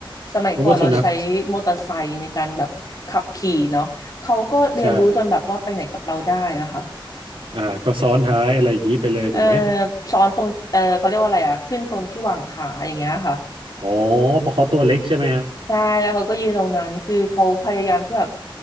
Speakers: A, on the left; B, on the right.
A: สมัยก่อนเราใช้มอเตอร์ไซค์ในการแบบขับขี่เนาะ
B: เพราะว่าสุนัข
A: เขาก็เรียนรู้จนแบบว่าไปไหนกับเราได้อะค่ะ
B: ใช่ฮะอ่าก็ซ้อนท้ายอะไรอย่างนี้ไปเลยถูกไหม
A: เออซ้อนตรงเออเขาเรียกว่าอะไรอะขึ้นตรงที่วางขาอย่างเงี้ยค่ะ
B: อ๋อเพราะเขาตัวเล็กใช่ไหมฮะ
A: ใช่แล้วเขาก็ยืนตรงนั้นคือเขาพยายามที่แบบ